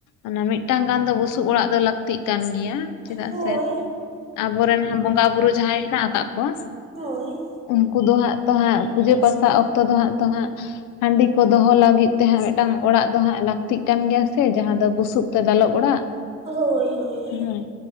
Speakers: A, on the left; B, on the right.
A: ᱚᱱᱟ ᱢᱤᱫᱴᱟᱝ ᱜᱟᱱ ᱫᱚ ᱵᱩᱥᱩᱵ ᱚᱲᱟᱜ ᱫᱚ ᱞᱟᱹᱠᱛᱤᱜ ᱠᱟᱱ ᱜᱮᱭᱟ᱾ ᱪᱮᱫᱟᱜ
B: ᱦᱳᱭ
A: ᱥᱮ ᱟᱵᱚᱨᱮᱱ ᱵᱚᱸᱜᱟ ᱵᱩᱨᱩ ᱡᱟᱦᱟᱸᱭ ᱦᱮᱱᱟᱜ ᱟᱠᱟᱜ ᱠᱚᱣᱟ
B: ᱦᱳᱭ
A: ᱩᱱᱠᱩ ᱫᱚ ᱦᱟᱸᱜ ᱛᱚ ᱦᱟᱸᱜ ᱯᱩᱡᱟᱹ ᱯᱟᱥ ᱥᱟᱵ ᱚᱠᱛᱚ ᱫᱚ ᱦᱟᱸᱜ ᱛᱚ ᱦᱟᱸᱜ ᱦᱟᱺᱰᱤ ᱠᱚ ᱫᱚᱦᱚ ᱞᱟᱹᱜᱤᱫ ᱛᱮ ᱦᱟᱸᱜ ᱢᱤᱫᱴᱟᱝ ᱚᱲᱟᱜ ᱫᱚ ᱦᱟᱸᱜ ᱞᱟᱹᱠᱛᱤᱜ ᱠᱟᱱ ᱜᱮᱭᱟ ᱥᱮ ᱡᱟᱦᱟᱸ ᱫᱚ ᱵᱩᱥᱩᱵ ᱛᱮ ᱫᱟᱞᱚᱵ ᱚᱲᱟᱜ,
B: ᱦᱳᱭ ᱦᱳᱭ ᱦᱳᱭ
A: ᱦᱮᱸ᱾